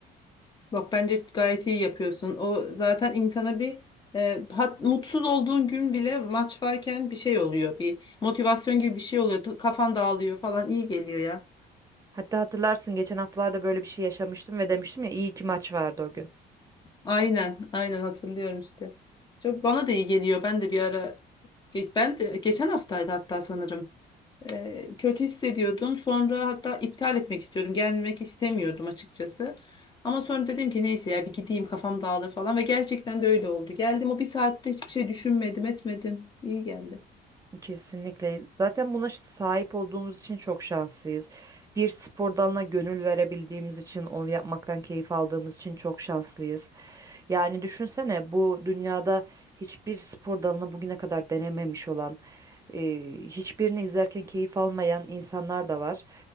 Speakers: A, on the left (about 25°); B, on the right (about 20°).
A: Bak bence gayet iyi yapıyorsun. O zaten insana bir e, hat, mutsuz olduğun gün bile maç varken bir şey oluyor. Bir motivasyon gibi bir şey oluyor. Ta- Kafan dağılıyor falan iyi geliyor ya.
B: <laughs> Hatta hatırlarsın geçen haftalarda böyle bir şey yaşamıştım ve demiştim ya iyi ki maç vardı o gün.
A: Aynen, aynen hatırlıyorum işte. Çok bana da iyi geliyor. Ben de bir ara ge- ben de geçen haftaydı hatta sanırım. Ee, kötü hissediyordum. Sonra hatta iptal etmek istiyordum. Gelmek istemiyordum açıkçası. Ama sonra dedim ki neyse ya bir gideyim kafam dağılır falan ve gerçekten de öyle oldu. Geldim o bir saatte hiçbir şey düşünmedim, etmedim. İyi geldi.
B: Kesinlikle. Zaten buna sahip olduğumuz için çok şanslıyız. Bir spor dalına gönül verebildiğimiz için, onu yapmaktan keyif aldığımız için çok şanslıyız. Yani düşünsene bu dünyada hiçbir spor dalını bugüne kadar denememiş olan, e, hiçbirini izlerken keyif almayan insanlar da var.